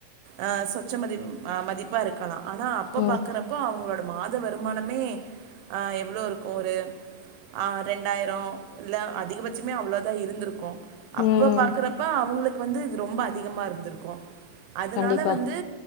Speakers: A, on the right; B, on the left.
A: அ சொச்ச மதிப் அ மதிப்பா இருக்கலா ஆனா அப்ப
B: ம்
A: பாக்குறப்போ அவுங்களோட மாத வருமானமே அ எவ்ளோ இருக்கு ஒரு அ ரெண்டாயிரோ இல்ல அதிகபட்சமே அவ்ளோதா இருந்திருக்கு அப்ப
B: ம்
A: பாக்குறப்ப அவுங்களுக் கு வந்து இது ரொம்ப அதிகமா இருந்திருக்கு அதுனால
B: கண்டிப்பா
A: வந்து